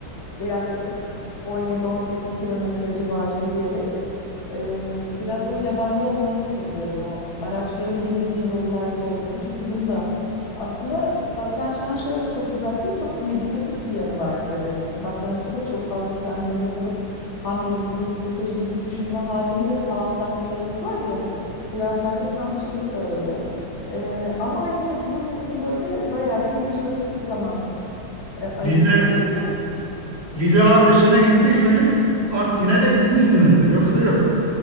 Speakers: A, on the left; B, on the right.
A: işte yaklaşık 17-18 kilometre civarı yürüyerek e, biraz o yabanda olmayı seviyorum. O araçların girmediği yollarda olmayı. Çünkü bunu da aslında satrançtan şöyle çok uzak değil, çok meditatif bir yanı var tabii. Hani satrançta da çok fazla kendinizle kalıp hamlelerinizi, stratejinizi düşünme halini de sağaltan bir tarafı var ya. Biraz bence kampçılık da öyle. Ee, ama hani tabii bunun için böyle bayağı bir geniş vakitli zaman e, ayırmak
B: Rize
A: gerekiyor.
B: Rize Ardeşen'e gittiyseniz Artvin'e de gitmişsinizdir. Yoksa yok.